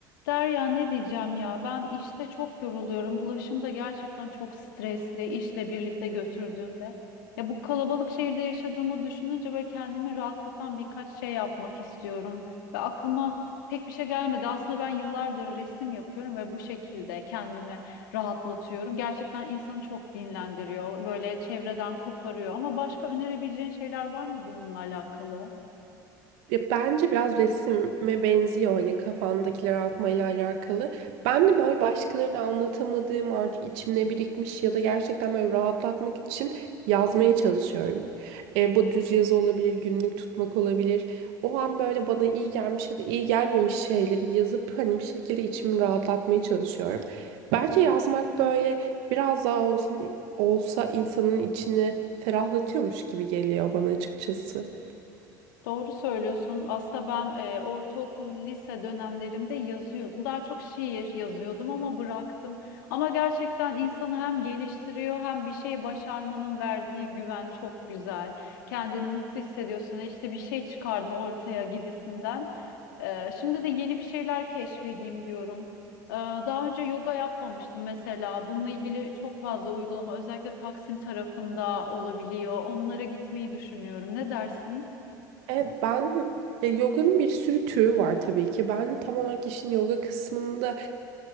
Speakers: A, on the left (about 75°); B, on the right (about 70°).
A: Derya ne diyeceğim ya ben işte çok yoruluyorum. Ulaşım da gerçekten çok stresli işle birlikte götürdüğümde. Ya bu kalabalık şehirde yaşadığımı düşününce böyle kendimi rahatlatan birkaç şey yapmak istiyorum. Ve aklıma pek bir şey gelmedi. Aslında ben yıllardır resim yapıyorum ve bu şekilde kendimi rahatlatıyorum. Gerçekten insanı çok dinlendiriyor. Böyle çevreden koparıyor. Ama başka önerebileceğin şeyler var mı bununla alakalı?
B: Ya bence biraz resime benziyor hani kafamdakileri atmayla alakalı. Ben de böyle başkalarına anlatamadığım artık içimde birikmiş ya da gerçekten böyle rahatlatmak için yazmaya çalışıyorum. E, bu düz yazı olabilir, günlük tutmak olabilir. O an böyle bana iyi gelmiş ya da iyi gelmemiş şeyleri yazıp hani bir şekilde içimi rahatlatmaya çalışıyorum. Bence yazmak böyle biraz daha olsun olsa insanın içini ferahlatıyormuş gibi geliyor bana açıkçası.
A: Doğru söylüyorsun. Aslında ben e, ortaokul, lise dönemlerimde yazıyordum. Daha çok şiir yazıyordum ama bıraktım. Ama gerçekten insanı hem geliştiriyor hem bir şeyi başarmanın verdiği güven çok güzel. Kendini mutlu hissediyorsun. E İşte bir şey çıkardım ortaya gibisinden. E, şimdi de yeni bir şeyler keşfedeyim diyorum. E, daha önce yoga yapmamıştım mesela. Bununla ilgili çok fazla uygulama özellikle Taksim tarafında olabiliyor. Onlara gitmeyi düşünüyorum. Ne dersin?
B: Evet ben ya yoganın bir sürü türü var tabii ki. Ben tam olarak işin yoga kısmında